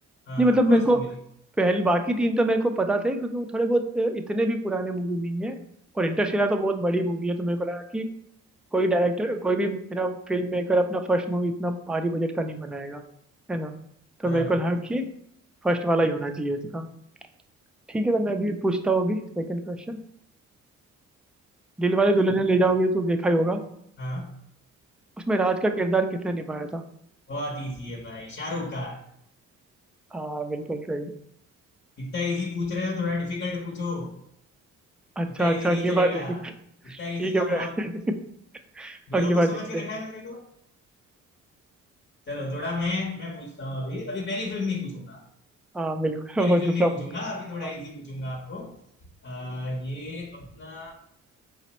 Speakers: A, on the left (about 45°); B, in the centre.
A: हाँ
B: नहीं मतलब
A: फर्स्ट
B: मेरे को
A: मूवी थी
B: पहले बाकी तीन तो मेरे को पता थे क्योंकि वो थोड़े बहुत इतने भी पुराने मूवी नहीं है और इंटरस्टेलर तो बहुत बड़ी मूवी है तो मेरे को लगा कि कोई डायरेक्टर कोई भी मेरा फिल्म मेकर अपना फर्स्ट मूवी इतना भारी बजट का नहीं बनाएगा है ना तो
A: बराबर
B: मेरे को लगा
A: बात है
B: कि फर्स्ट वाला ही होना चाहिए इसका ठीक है तो मैं अभी पूछता हूँ अभी सेकंड क्वेश्चन दिल वाले दुल्हनिया ले जाओगे तो देखा ही होगा
A: हाँ
B: उसमें राज का किरदार किसने निभाया था
A: बहुत इजी है भाई शाहरुख खान
B: हाँ बिल्कुल सही
A: इतना इजी पूछ रहे हो थोड़ा डिफिकल्ट पूछो
B: अच्छा
A: इतना
B: अच्छा
A: इजी नहीं
B: अगली
A: चलेगा
B: बार देखेंगे
A: इतना
B: ठीक
A: इजी तो
B: है भैया
A: बहुत
B: <laughs>
A: बेवकूफ
B: अगली बार
A: समझ
B: देखते
A: के
B: हैं
A: रखा है मेरे को चलो थोड़ा मैं मैं पूछता हूँ अभी अभी पहली फिल्म नहीं पूछूंगा
B: हाँ बिल्कुल
A: पहली
B: <laughs> वो
A: फिल्म
B: दूसरा
A: नहीं पूछूंगा
B: पूछ
A: अभी थोड़ा
B: हाँ
A: इजी पूछूंगा आपको आ, ये अपना